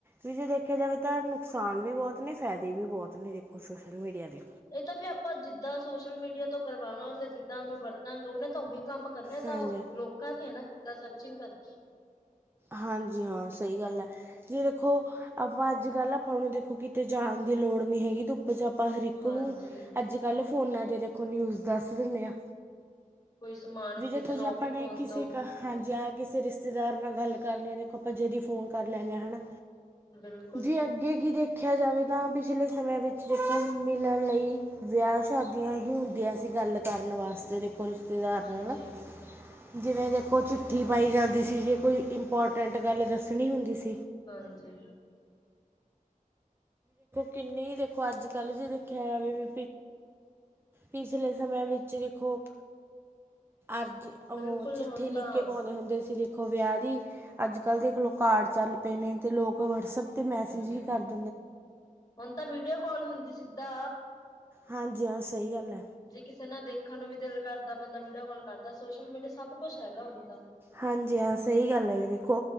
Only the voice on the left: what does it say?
ਇਹ ਤਾਂ ਫਿਰ ਆਪਾਂ ਜਿੱਦਾਂ ਸੋਸ਼ਲ ਮੀਡੀਆ ਮਡੀਆ ਤੋਂ ਕਰਵਾਵਾਂਗੇ ਜਿੱਦਾਂ ਉਹਨੂੰ ਵਰਤਾਂਗੇ ਉਹਨੇ ਤਾਂ ਉਹੀ ਕੰਮ ਕਰਨਾ
ਤਾਂ ਲੋਕਾਂ ਤੇ ਹੈ ਸਰਚਿੰਗ ਕਰਦਾ
ਹਾਂਜੀ
ਕੋਈ ਸਮਾਨ
ਖ਼ਰੀਦਣਾ
ਉਹ ਵੀ
ਫੋਨ
ਤੋਂ
ਬਿਲਕੁਲ
ਹਾਂਜੀ
ਹਾਂਜੀ
ਬਿਲਕੁਲ
ਹੁਣ
ਤਾਂ
ਹੂੰ
ਹੁਣ ਤਾਂ ਵੀਡੀਓ ਕਾਲ ਹੁੰਦੀ ਸਿੱਧਾ
ਜੇ ਕਿਸੇ ਨਾਲ ਦੇਖਣ ਨੂੰ ਵੀ ਦਿਲ ਕਰਦਾ ਬੰਦਾ ਵੀਡੀਓ ਕਾਲ ਕਰਦਾ ਸੋਸ਼ਲ ਮੀਡੀਆ ਸਭ ਕੁਛ ਹੈਗਾ ਹੁਣ ਤਾਂ